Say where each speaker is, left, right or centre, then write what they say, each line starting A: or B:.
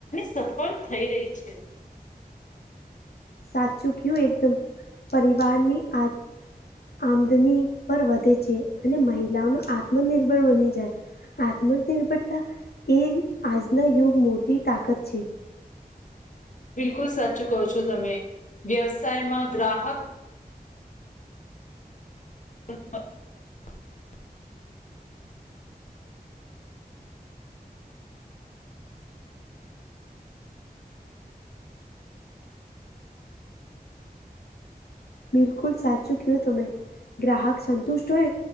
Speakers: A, on the left (about 50°); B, on the left (about 80°).
A: સફલ થઈ રહી છે.
B: સાચું કયું એકદમ. પરિવારની આ આમદની પર વધે છે. અને મહિલાઓનું આત્મનિર્ભર બની જાય. આત્મનિર્ભરતા એ આજના યુગ મોટી તાકત છે.
A: બિલકુલ સાચું કહો છો તમે. વ્યવસાયમાં ગ્રાહક <inaudible>
B: બિલકુલ સાચું કયું તમે. ગ્રાહક સંતુષ્ટ હોય